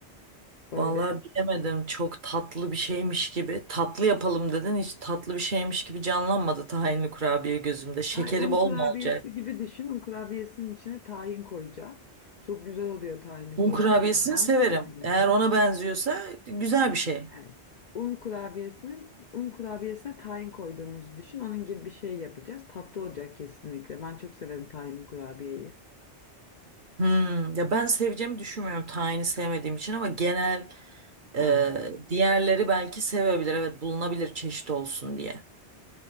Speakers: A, on the left; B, on the right.
A: Böyle.
B: Vallahi bilemedim. Çok tatlı bir şeymiş gibi. Tatlı yapalım dedin. Hiç tatlı bir şeymiş gibi canlanmadı tahinli kurabiye gözümde. Şekeri
A: Ay, un
B: bol
A: kurabiyesi
B: mu olacak?
A: gibi düşün. Un kurabiyesinin içine tahin koyacağız. Çok güzel oluyor tahinli
B: Un
A: kurabiye.
B: kurabiyesini
A: Daha
B: severim.
A: önce yemedim
B: Eğer
A: ben.
B: ona benziyorsa güzel bir şey.
A: Evet. Un kurabiyesinin un kurabiyesine tahin koyduğumuzu düşün. Onun gibi bir şey yapacağız. Tatlı olacak kesinlikle. Ben çok severim tahinli kurabiyeyi.
B: Hmm, ya ben seveceğimi düşünmüyorum tayini sevmediğim için ama genel e,
A: Aa,
B: diğerleri belki sevebilir. Evet bulunabilir çeşit olsun diye.